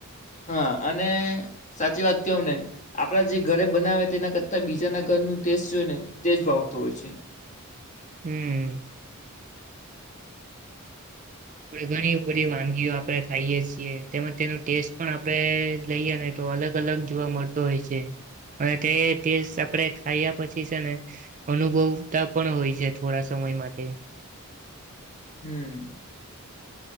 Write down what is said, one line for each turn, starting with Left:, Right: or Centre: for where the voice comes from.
Left: હા અને સાચી વાત કવું ને આપણા જે ઘરે બનાવે તેના કરતાં બીજાના ઘરનું ટેસ્ટ જોઈ ને તેજ ભાવતો હોય છે.
Right: હમ્મ. આપણે ઘણી બધી વાનગીઓ આપણે ખાઈએ છીએ. તેમાં તેનો ટેસ્ટ પણ આપણે લઈએ ને તો અલગ અલગ જોવા મળતો હોય છે અને તે ટેસ્ટ આપણે ખાયા પછી છે ને અનુભવતા પણ હોય છે થોડા સમય માટે
Left: હમ્મ.